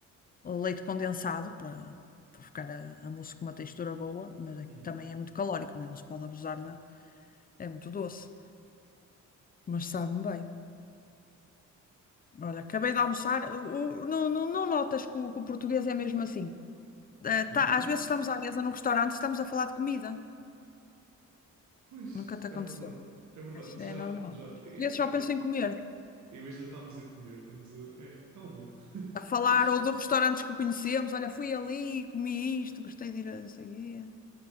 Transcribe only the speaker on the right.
Uhum.
Diz,
diz.
Pois,
é verdade. É verdade.
Já,
já.
É,
é,
é, é.
Em vez de estarmos a comer, estamos a. É, realmente.
<laughs>